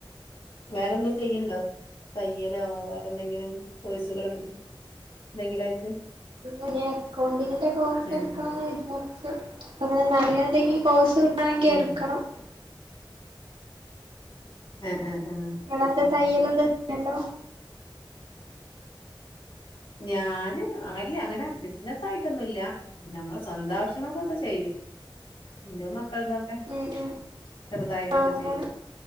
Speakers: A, on the left; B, on the right.
A: വേറെന്തും ചെയ്യ്ണ്ടോ തയ്യലോ വേറന്തെങ്കിലും പോയ്സുകളൊന്ന എന്തെങ്കിലും ആയിട്ട്
B: അങ്ങനൊ എക്കൗണ്ടിങ്ങിന്റെ കോഴ്സ്
A: ആഹ്
B: എട്ക്കണംന്ന് വിചാരിച്ച്അങ്ങനെ നല്ല ന്തെങ്കിലും കോഴ്സ്. ആണെങ്കി
A: ഉം
B: എട്ക്കണം
A: ആഹ് ആഹ് ആഹ്
B: നിങ്ങളെന്താ
A: ഊം
B: തയ്യലെന്താ ചെയ്യണ്ടോ
A: ഞ്യാന് അല്ലഅങ്ങനെ ബിസ്നസായിട്ടൊന്നുല്ല. നമ്മളെ സ്വന്താവശ്യങ്ങൾക്കൊക്കെ ചെയ്യും. ഇന്റെ മക്കൾതൊ എഹ്
B: ഉം ഉം
A: ചെറുതായിട്ടൊക്കെ
B: ആഹ് അങ്ങനെ
A: ചെയ്യും.